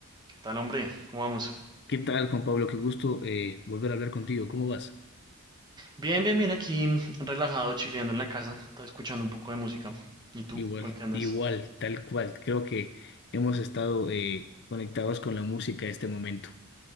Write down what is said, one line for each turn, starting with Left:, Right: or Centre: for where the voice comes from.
Right: ¿Qué tal, hombre? ¿Cómo vamos?
Left: ¿Qué tal, Juan Pablo? Qué gusto eh, volver a hablar contigo. ¿Cómo vas?
Right: Bien, bien, bien, aquí mm, relajado, chileando en la casa, estaba escuchando un poco de música. ¿Y tú?
Left: Igual,
Right: ¿Tú en qué andas?
Left: igual, tal cual. Creo que hemos estado eh, conectados con la música este momento.